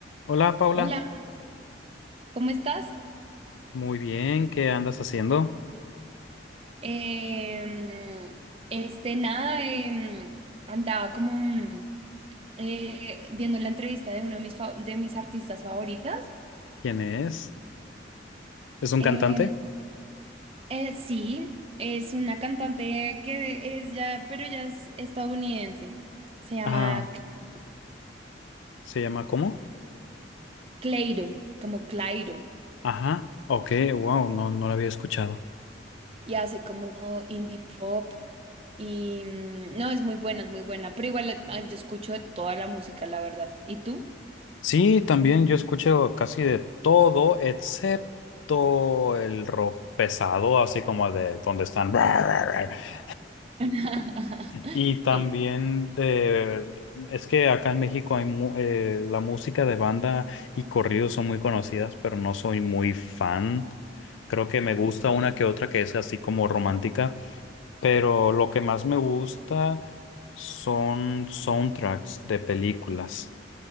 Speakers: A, on the left; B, on the right.
A: Hola Paula,
B: Hola, ¿cómo estás?
A: muy bien, ¿qué andas haciendo?
B: Em, este, nada, em, andaba como mm, eh, viendo la entrevista de uno de mis, fa- de mis artistas favoritas.
A: ¿Quién es? ¿Es un
B: Em,
A: cantante?
B: eh, sí, es una cantante que es ya, pero ya es estadounidense. Se llama
A: Ah,
B: Cl-
A: ¿se llama cómo?
B: Cleiro, como Clairo,
A: Ajá, ok, wow, no, no lo había escuchado.
B: y hace como indie pop. Y mm, no, es muy buena, es muy buena, pero igual eh, yo escucho de toda la música, la verdad. ¿Y tú?
A: Sí, también yo escucho casi de todo, excepto el rock pesado, así como de donde están. <laughs>
B: <laughs>
A: Y también
B: Sí.
A: de, es que acá en México hay mu- eh, la música de banda y corridos son muy conocidas, pero no soy muy fan. Creo que me gusta una que otra que es así como romántica, pero lo que más me gusta son soundtracks de películas.